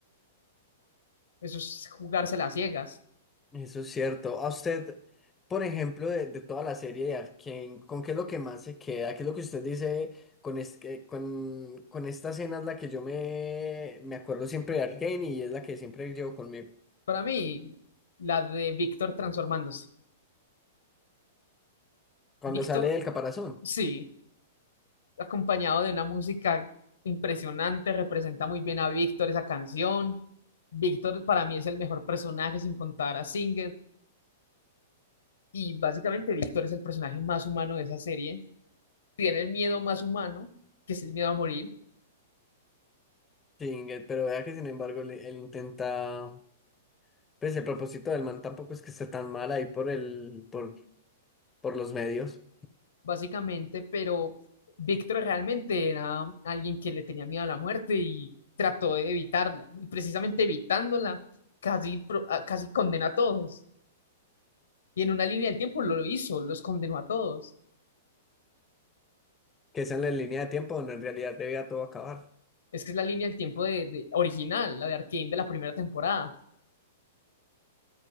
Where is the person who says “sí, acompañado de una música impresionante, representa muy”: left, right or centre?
Left